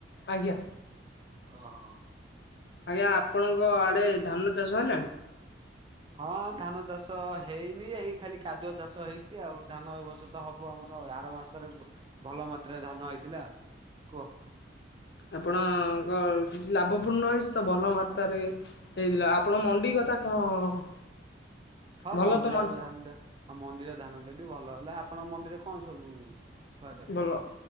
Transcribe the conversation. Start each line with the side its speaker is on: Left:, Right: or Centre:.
Left: ଆଜ୍ଞା।
Right: ଓହୋ।
Left: ଆଜ୍ଞା ଆପଣଙ୍କ ଆଡ଼େ ଧାନ ଚାଷ ହେଲାଣି?
Right: ହଁ ଧାନ ଚାଷ ହେଇନି ଏଇ ଖାଲି କାଦୁଅ ଚାଷ ହେଇଛି ଆଉ ଧାନ ବର୍ଷ ତ ହବ ଆମର ଆର ମାସ ଭଲ ମାତ୍ରାରେ ଧାନ ହେଇଥିଲା ଆଉ କୁହ?
Left: ଆପଣଙ୍କ କି ଲାଭପୂର୍ଣ୍ଣ ହେଇଛି ତ ଭଲ ମାତ୍ରାରେ? ହେଇଥିଲା ଆପଣ ମଣ୍ଡି କଥା କଣ?
Right: ହଁ
Left: ଭଲ
Right: ମଣ୍ଡିରେ
Left: ତ ମଣ୍ଡି
Right: ଆମେ ଧାନ ଦେ ହଁ ମଣ୍ଡିରେ ଧାନ ଦେଲୁ ଭଲ ହେଲା ଆପଣଙ୍କ ମଣ୍ଡିରେ କଣ ସବୁ? ସହାୟତା ପାଇଲେ?
Left: ଭଲ